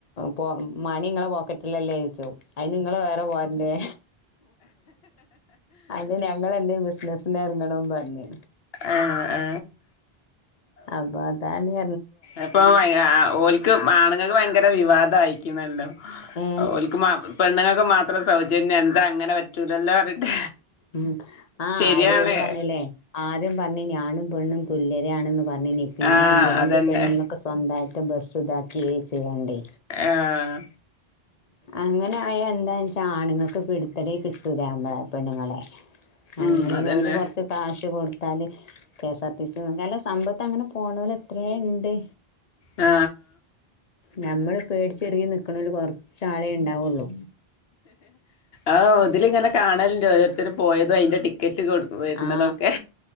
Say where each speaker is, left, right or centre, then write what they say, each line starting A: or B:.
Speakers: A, on the left (about 45°); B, on the left (about 75°).
A: പോ മണിങ്ങളെ പോക്കറ്റ് ഇല്ലല്ലേ യിച്ചു അതിന്ങ്ങള് വേറെ പോരൻെറ? അത് ഞങ്ങ എന്റെ ബിസിനസിന ഇറങ്ങണംന്ന് പറഞ്ഞേ
B: ആ
A: അപ്പൊ അതന്നെ.
B: അപ്പൊ ഓലക്ക് ആണുങ്ങൾക്ക് ഭയങ്കര വിവാദം ആയിരിക്കുന്നല്ലോ
A: ഏ
B: ഓക്ക് പെണ്ുങ്ങൾക്ക് മാത്രം സൗജന്യം എന്താ അങ്ങനെ പറ്റൂലല്ലോ പറഞ്ഞിട്ട്
A: ഉം ആ
B: ശരിയാണ്
A: അയതുപോലും പറഞ്ഞല്ലേ ആദ്യം പറഞ്ഞ് ഞാനും പെണ്ണും തുല്യരാണെന്നും പറഞ്ഞിനി പിന്നെ
B: ആഹ്
A: എന്തുകൊണ്ട്
B: അതന്നെ
A: പെണ്ണുങ്ങക്കു സ്വന്തായിട്ട് ബസ് ഇതാക്കുക ചെയ്യണ്ടേ
B: ആഹ്
A: അങ്ങനെ ആ എ എന്താന്ന് വെച്ചാൽ ആണുങ്ങൾക്ക് പിടിത്തടി കിട്ടൂല്ല നമ്മളെ പെണ്ണുങ്ങളെ.
B: ഉം
A: അങ്ങനേലും
B: അതന്നെ
A: ഓല് കൊറച്ച് കാശ് കാശ് കൊടു ത്താല് കെഎസ്ആർ ടി സി ങ്ങളെ സമ്പത്ത് അങ്ങനെ പോണൂലെത്രേണ്ട്.
B: ആ
A: നഞമ്മള് പേടിച്ചെറുകി നിക്കണല് കൊറച്ച ആളെ ഉണ്ടാവുള്ളൂ
B: ആഹ ഒതിലിങ്ങനെ കാണലോ ഓരോരുത്തും പോയതും അതിന്റെ കെറ്റ് കൊടു വരുന്നതൊക്കെ.
A: ആ